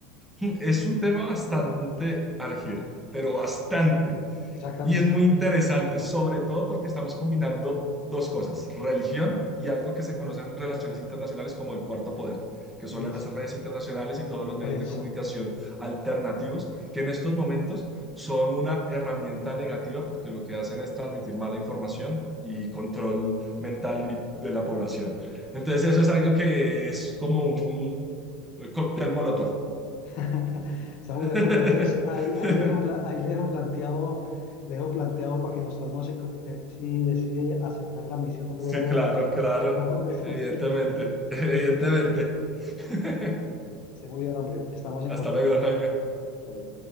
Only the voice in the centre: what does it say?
Mm, Es un tema bastante argido, pero bastante.
Y es muy interesante, sobre todo porque estamos combinando dos cosas, religión y algo que se conoce en relaciones internacionales como el cuarto poder, que son
las redes internacionales y todos
los medios
de comunicación alternativos, que en estos momentos son una herramienta negativa porque lo que hacen es transmitir mala información y control mental y- de la población. Entonces
eso es algo que es como un cóctel molotov
<laughs>
Sí,
claro,
claro,
evidentemente,
<laughs> evidentemente. <laughs>
Hasta
luego,
Jaime.